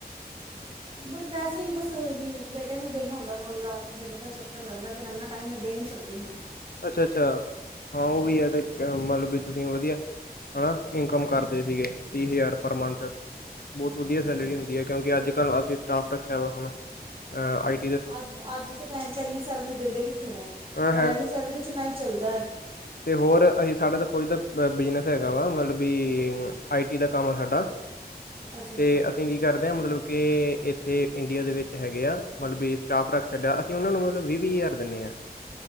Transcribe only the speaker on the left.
ਅੱਛਾ -ਅੱਛਾ ਹਾਂ ਉਹ ਵੀ ਹੈ ਤੇ ਮਤਲਬ ਵੀ ਤੁਸੀਂ ਵਧੀਆ ਹਨਾ, ਇਨਕਮ ਕਰਦੇ ਸੀਗੇ ਤੀਹ ਹਜ਼ਾਰ ਪਰ ਮੰਥ ਬਹੁਤ ਵਧੀਆ
ਸੈਲਰੀ ਹੁੰਦੀ ਹੈ ਕਿਉਂਕਿ ਅੱਜ ਕੱਲ੍ਹ ਅਸੀਂ ਸਟਾਫ ਰੱਖਿਆ ਵਾ ਹੁਣ, ਅਈ
ਅ
ਹੈ
ਅਤੇ ਹੋਰ ਅਸੀਂ ਸਾਡਾ ਤਾਂ ਖੁਜ ਦਾ ਬਿਜਨਸ ਹੈਗਾ ਵਾ ਮਤਲਬ ਵੀ ਆਈ ਟੀ ਦਾ ਕੰਮ ਆ ਸਾਡਾ
ਤੇ
ਅਸੀਂ ਜ ਕਰਦੇ ਹ ਮਤਲਬ ਕਿ ਇੱਥੇ ਇੰਡੀਆ ਦੇ ਵਿੱਚ ਹੈਗੇ ਆ ਮਤਲਬ ਵੀ ਸਟਾਫ ਰੱਖ ਛੱਡਿਆ ਅਤੇ ਉਹਨਾਂ ਨੂੰ ਮਤਲਬ ਵੀਹ- ਵੀਹ ਹਜ਼ਾਰ ਦਿੰਦੇ ਹਾਂ